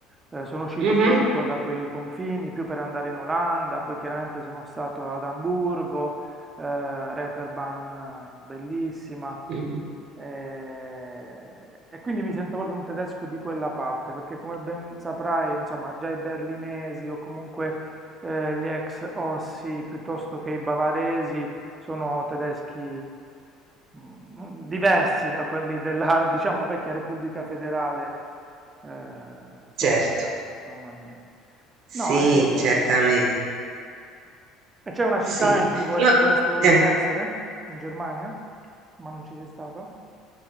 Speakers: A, on the right; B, on the right.
A: Eh, sono uscito
B: Mh-mh.
A: poco da quei confini, più per andare in Olanda, poi chiaramente sono stato ad Amburgo, eh, Reeperbahn, bellissima.
B: Mh.
A: eh, E, quindi mi sento proprio un tedesco di quella parte, perché come ben saprai, insomma, già i berlinesi o comunque eh, gli ex Ossi piuttosto che i bavaresi sono tedeschi mm, diversi da quelli della, diciamo, vecchia Repubblica Federale eh, solita,
B: Certo.
A: mamma mia. No,
B: Sì,
A: è figo.
B: certamen
A: E c'è una città
B: sì.
A: in cui vorre-
B: Io
A: saresti voluta
B: eh,
A: essere? In Germania? Ma non ci sei stata?